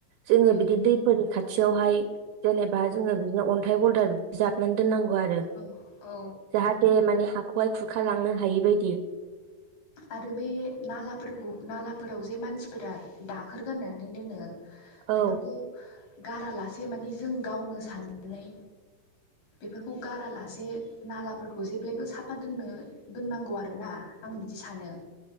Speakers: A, on the right; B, on the left.
A: जोङो
B: औ
A: बिदि दैफोरनि खाथि खाथियावहाय जेनेबा जोङो बिदिनो अन्थाइ बलदार बि जाबनानै दोननांगौ आरो
B: औ औ
A: जाहाथे माने हाखौहाय खुरखालांनो हायि बादि
B: आरो बे नालाफोरखौ नालाफोराव जे मानसिफोरा दाखोर गारनानै दोनो
A: औ
B: बेफोरखौ गारालासे माने जों गावनो साननानै बेफोरखौ गारालासे नालाफोरखौ जेब्लायबो साफा दोननो दोननांगौ आरोना आं बिद सानो